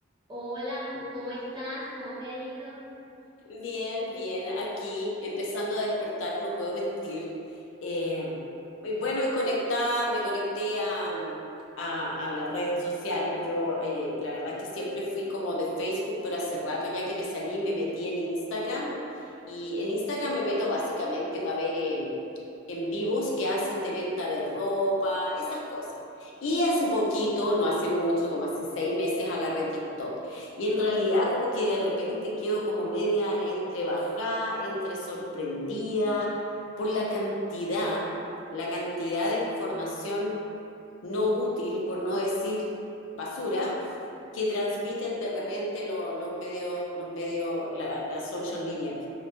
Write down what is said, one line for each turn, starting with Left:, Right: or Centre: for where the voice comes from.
Right: Hola, ¿cómo estás? ¿Cómo te ha ido?
Left: Bien, bien, aquí empezando a despertar, no puedo mentir. Eh, y bueno, y conectada, me conecté a, a- a la red social. Yo, eh, la verdad es que siempre fui como de Facebook, pero hace rato ya que me salí, me metí en Instagram. Y en Instagram me meto básicamente para ver eh, en vivos que hacen de venta de ropa, esas cosas. Y hace poquito, no hace mucho, como hace seis meses, agarré TikTok. Y en realidad como que de repente quedo como media entre bajada, entre sorprendida por la cantidad, la cantidad de información no útil, por no decir basura, que transmiten de repente lo- los medios, los medios, la, la social media